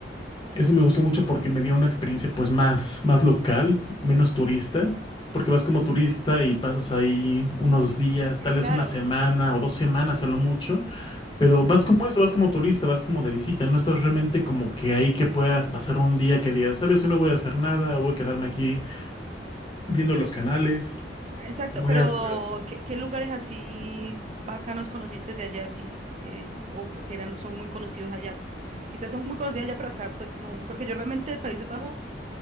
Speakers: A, on the left; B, on the right.
A: Eso me gustó mucho porque me dio una experiencia pues más, más local, menos turista, porque vas como turista y pasas ahí unos días,
B: Eh,
A: tal
B: claro.
A: vez una semana o dos semanas a lo mucho, pero vas como eso, vas como turista, vas como de visita, no estás realmente como que ahí que puedas pasar un día que digas, sabes, hoy no voy a hacer nada, o voy a quedarme aquí viendo los canales.
B: Ah, Exacto,
A: Voy
B: pero
A: a hacer algo así.
B: ¿qué, qué lugares así bacanos conociste de allá, sí, eh, o que que eran, son muy conocidos allá? Quizás son muy conocidos allá, pero acá pues no, porque yo realmente de Países Bajos